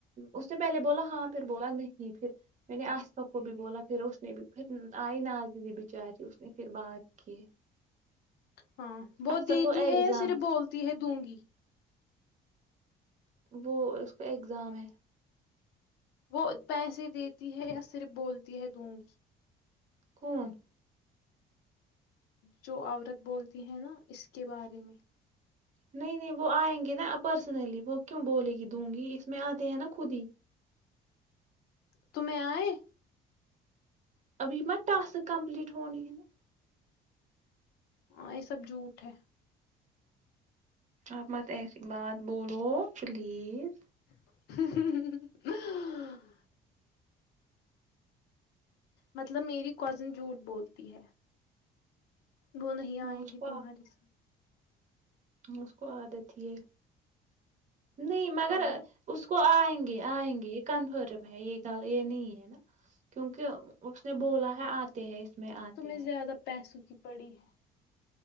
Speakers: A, on the right; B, on the left.
A: اس نے پہلے بولا ہاں پھر بولا نہیں پھر میں نے آسفا کو بھی بولا پھر اس نے بھی پھر آئی نااز دیدی بچاری اس نے پھر بات کی
B: ہاں بہت
A: اکثر
B: دیتی
A: کو ایگزام
B: ہے یا صرف
A: تھا
B: بولتی ہے دوں گی
A: وہ ا کو اگزام ہے
B: وہ پیسے دیتی ہے یا صرف بولتی ہے دوں گی
A: کون
B: جو عورت بولتی ہیں نا اس کے بارے میں
A: نہیں نہیں وہ آئیں گے نا پرسنلی وہ کیوں بولے گی دوں گی اس میں آتے ہیں نا خود ہی
B: تمہیں آئے
A: ابھی م ٹاسک کمپلیٹ ہونی ہے نا
B: ہ یہ سب جھوٹ ہے
A: آپ مت ایسی بات بولو پلیز
B: <inaudible> مطلب میری کزن جھوٹ بولتی ہے وہ نہیں
A: ہاں
B: آئے
A: اس کو
B: گی تمہاری س
A: اس کو آ دیتی ہے نہیں مگر
B: ہاں
A: اس کو وہ آئیں گے آئیں گے یہ کنفرم ہے یہ گ یہ نہیں ہے نا کیونکہ اس نے بولا ہے آتے ہے اس میں آتے
B: تمہیں
A: ہیں
B: زیادہ پیسوں کی پڑی ہے